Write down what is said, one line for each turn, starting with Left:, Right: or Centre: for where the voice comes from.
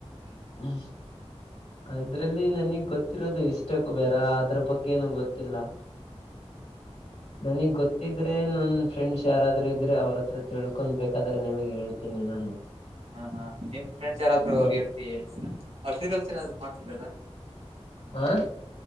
Left: ಹ್ಮ್ ಅದ್ರಲ್ಲಿ ನಂಗೆ ಗೊತ್ತಿರೋದು ಇಷ್ಟೇ ಕುಬೇರ ಅದರ ಬಗ್ಗೆನು ಗೊತ್ತೊಲ್ಲಾ. ನಂಗೆ ಗೊತ್ತಿದ್ರೆ ನನ್ ಫ್ರೆಂಡ್ಸ್ ಯಾರಾದ್ರೂ ಇದ್ರೆ ಅವ್ರ ಹತ್ರ ಕೇಳ್ಕೊಂಡು ಬೇಕಾದ್ರೆ ನಿಮಗೆ ಹೇಳ್ತಿನಿ ನಾನು.
Right: ಹಾ ಹಾ ನಿಮ್ ಫ್ರೆಂಡ್ಸ್ ಯಾರಾದ್ರೂ
Left: ಹ್ಮ್
Right: ಎಂಪಿ <unintelligible> ಏನಾದ್ರು ಮಾಡ್ತಿದೀರಾ.
Left: ಹಾ